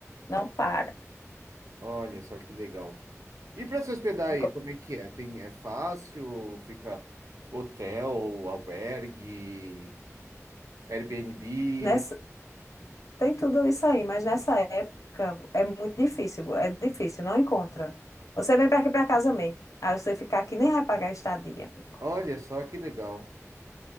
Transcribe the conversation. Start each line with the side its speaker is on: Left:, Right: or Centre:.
Left: não para.
Right: Olha só que legal. E para se hospedar
Left: Ficou-
Right: aí, como é que é? Tem, é fácil? Fica hotel, albergue, Airbnb?
Left: Nessa, tem tudo isso aí, mas nessa época é muito difícil, é difícil, não encontra. Você vem para aqui para casa mesmo, aí você ficar aqui nem vai pagar estadia, amigo.
Right: Olha só que legal.